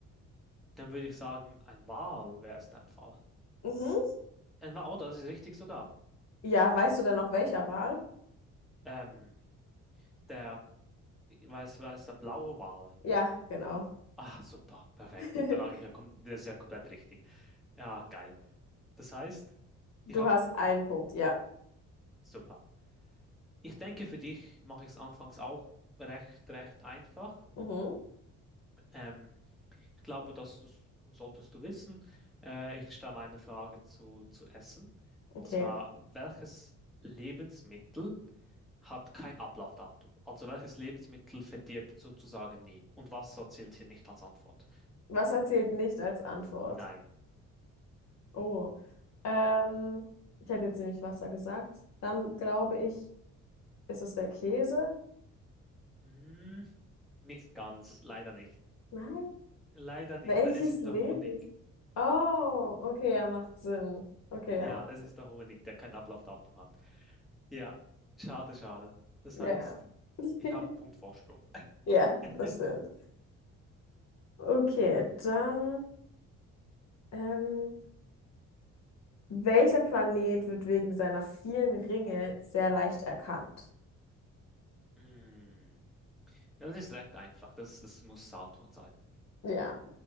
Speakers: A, in the centre; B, on the left.
A: Dann würde ich sagen, ein Wal wäre es dein Fall.
B: Mhm.
A: Ein Wal, oh, das ist richtig sogar.
B: Ja, weißt du denn noch welcher Wal?
A: Ähm, der, weiß, weiß, der blaue Wal.
B: Ja, genau.
A: Ah, super, perfekt.
B: <laughs>
A: Da lag ich ja, kom- das ist ja komplett richtig. Ja, geil. Das heißt,
B: Du
A: ich habe
B: hast
A: einen Punkt.
B: einen Punkt, ja.
A: Super. Ich denke, für dich mache ich es anfangs auch recht, recht einfach.
B: Mhm,
A: Ähm, Ich glaube, dass das solltest du wissen. Äh, ich stelle eine Frage zu, zu Essen. Und
B: okay.
A: zwar, welches Lebensmittel hat kein Ablaufdatum? Also welches Lebensmittel verdirbt sozusagen nie? Und Wasser zählt hier nicht als Antwort.
B: Wasser zählt nicht als Antwort.
A: Nein.
B: Oh. Ähm, ich hätte jetzt nämlich Wasser gesagt. Dann glaube ich, ist es der Käse?
A: Mm, nicht ganz. Leider nicht.
B: Nein.
A: Leider
B: <laughs>
A: nicht.
B: Welches
A: Nein, es ist
B: Lebens?
A: der Honig.
B: Oh, okay, ja, macht Sinn. Okay,
A: Ja,
B: ja, macht
A: es
B: Sinn.
A: ist der Honig, der kein Ablaufdatum hat. Ja, schade, schade. Das
B: Ja.
A: heißt,
B: <laughs>
A: ich habe einen Punkt Vorsprung.
B: Ja,
A: <laughs>
B: das stimmt. Okay, dann, ähm, welcher Planet wird wegen seiner vielen Ringe sehr leicht erkannt?
A: Mm. Ja, das ist recht einfach. Das, das muss Saturn sein.
B: Ja.